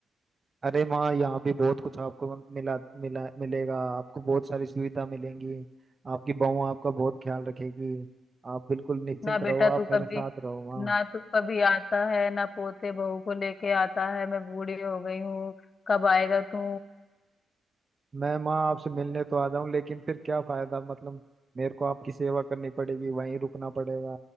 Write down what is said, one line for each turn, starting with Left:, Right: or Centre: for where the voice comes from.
Right: अरे माँ यहाँ भी बहुत कुछ आपको मिला मिला मिलेगा आपको बहुत सारी सुविधा मिलेंगी आपकी बहू आपका बहुत ख्याल रखेगी आप बिल्कुल निश्चिंत
Left: ना बेटा
Right: रहो
Left: तू
Right: आप मेरे
Left: कभी
Right: साथ रहो माँ।
Left: ना तू कभी आता है ना पोते बहू को लेके आता है मैं बूढ़ी हो गई हूँ कब आएगा तू
Right: मैं माँ आपसे मिलने तो आ जाऊं लेकिन फिर क्या फायदा मतलब मेरे को आपकी सेवा करनी पड़ेगी वहीं रुकना पड़ेगा